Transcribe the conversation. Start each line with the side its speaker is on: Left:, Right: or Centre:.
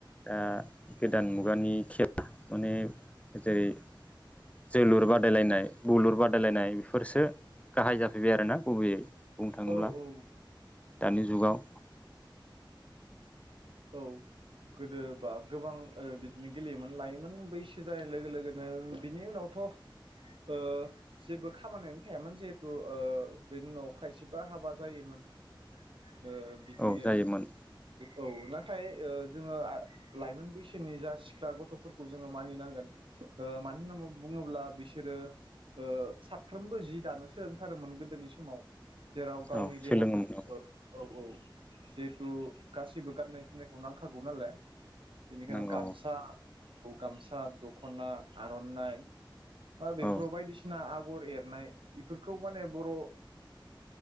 Left: <unintelligible> गोदान मुगानि खेला माने जेरै जोलुर बादायलायनाय बुलुर बादायलायनाय बेफोरसो गाहाय जाफैबाय आरोना गुबैयै बुंनो थाङोब्ला
Right: औ औ।
Left: दानि जुगाव
Right: औ गोदो बा गोबां ओ बिदिनो गेलेयोमोन लायमोन बैसो जानाय लोगो लोगोनो ओम बिनि उनावथ' ओ जेबो खामानियानो थायामोन जिहेथु ओ बेनि उनाव खायसेबा हाबा जायोमोन। ओ बिदिनो
Left: औ जायोमोन
Right: ओ औ ना थाय ओ जोङो आ लाइमोन बैसोनि जा सिख्ला गथ'फोरखौ जोङो मानिनांगोन ओ मानो होन्ना <unintelligible> बुङोब्ला बिसोरो ओ साबफ्रोमबो जि दानो सोलोंथारोमोन गोदोनि समाव जेराव गावनि
Left: औ
Right: देहाखौ
Left: सोलोङोमोन औ
Right: ओ औ औ जिहेथु गासैबो गाननाय जोमनायखौ नांखागौ नालाय बेनिखायनो
Left: नांगौ
Right: गामसाखौ
Left: औ
Right: गामसा, दख'ना, आर'नाइ बा बेफोराव
Left: औ
Right: बायदिसिना आग गर एरनाय इफोरखौ माने बर' ओ